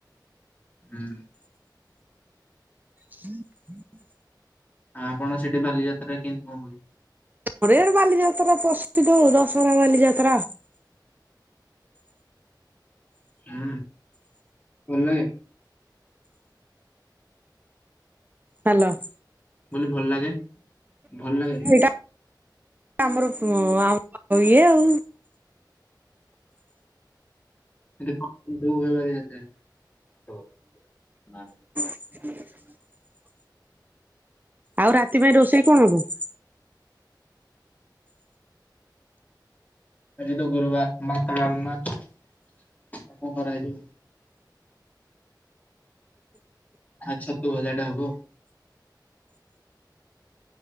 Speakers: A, on the left; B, on the right.
A: ହୁଁ।
B: ହୁଁ ହୁଁ।
A: ଆ ଆପଣ ସେଠି ବାଲିଯାତ୍ରା କେମତି କଣ ହୁଏ?
B: ଆମର ଇଆଡେ ବାଲିଯାତ୍ରା ପ୍ରସିଦ୍ଧ ହଉ ଦଶହରା ବାଲିଯାତ୍ରା।
A: ହୁଁ ଭଲ ଲାଗେ।
B: ହାଲୋ।
A: ବୋଲି ଭଲ ଲାଗେ ଭଲ ଲାଗେ।
B: ଏଇଟା ଆମର ଅ ଆଉ ଇଏ ଆଉ।
A: <unintelligible> ବାଲିଯାତ୍ରା ଓ ଅ।
B: ହୁଁ। ଆଉ ରାତି ପାଇଁ ରୋଷେଇ କଣ ହବ?
A: ଆଜି ତ ଗୁରୁବାର ଭାତ ଡ଼ାଲମା ଆଉ କଣ ହେଇଚି ଆ ଛତୁଭଜା ଟେ ହବ।